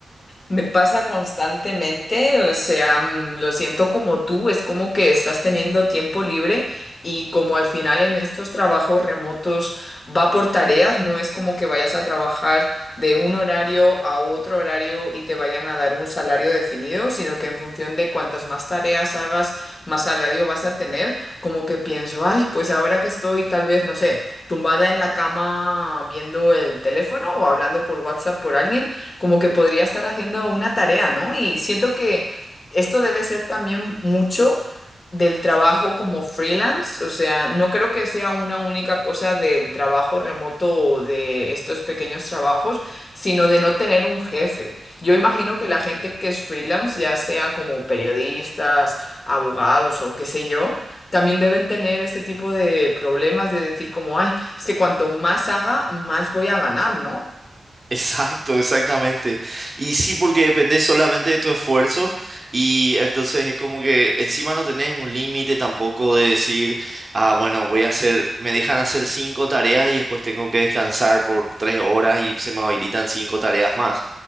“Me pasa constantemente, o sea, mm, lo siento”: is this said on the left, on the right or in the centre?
Left